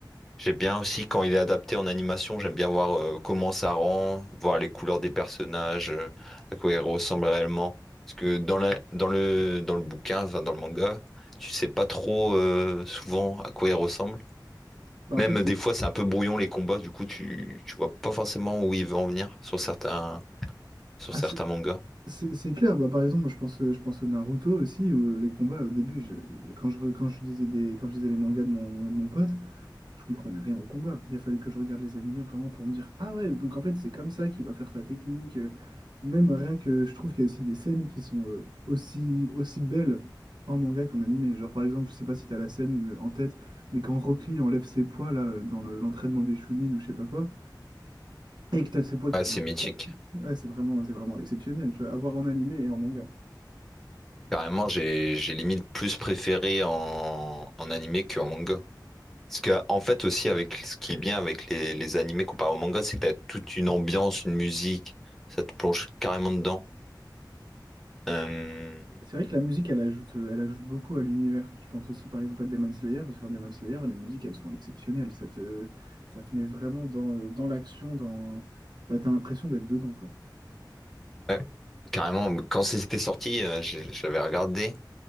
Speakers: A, in the centre; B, on the right.
A: J'aime bien aussi quand il est adapté en animation, j'aime bien voir euh, comment ça rend, voir les couleurs des personnages, euh, à quoi ils ressemblent réellement. Parce que dans la, dans le, dans le bouquin, enfin dans le manga, tu sais pas trop euh, souvent à quoi ils ressemblent.
B: Bah,
A: Même
B: en fait
A: euh, des
B: euh,
A: fois, c'est un peu brouillon les combats, du coup, tu, tu vois pas forcément où il veut en venir sur certains, sur
B: ah,
A: certains
B: c'est
A: mangas.
B: c'est- c'est clair bah, par exemple moi je pense euh, je pense au Naruto aussi où euh, les combats au début je, quand je re- quand je lisais des quand je lisais les mangas de mon de mon pote Je comprenais rien au combat. Il a fallu que je regarde les animés vraiment pour me dire, ah ouais, donc en fait, c'est comme ça qu'il va faire sa technique. euh, Même rien que je trouve qu'il y a aussi des scènes qui sont euh, aussi, aussi belles en manga qu'en animé. Genre, par exemple, je sais pas si tu as la scène euh, en tête, mais quand Rock Lee enlève ses poids là, euh, dans le- l'entraînement des Chunin ou je sais pas quoi, et que tu as ses poids qui
A: Ouais,
B: font.
A: c'est mythique.
B: Ouais, c'est vraiment, c'est vraiment exceptionnel, tu vois, à voir en animé et en manga.
A: Carrément, j'ai, j'ai limite plus préféré en, en animé qu'en manga. Parce que, en fait, aussi, avec ce qui est bien avec les, les animés comparé au manga, c'est que t'as toute une ambiance, une musique, ça te plonge carrément dedans. Euh,
B: C'est vrai que la musique, elle ajoute, euh, elle ajoute beaucoup à l'univers. Je pense aussi par exemple à Demon Slayer. Sur Demon Slayer, les musiques, elles sont exceptionnelles. Ça te, ça te met vraiment dans, euh, dans l'action, dans... Bah, t'as l'impression d'être dedans, quoi.
A: ouais, carrément, quand c'était sorti, euh, je, je l'avais regardé,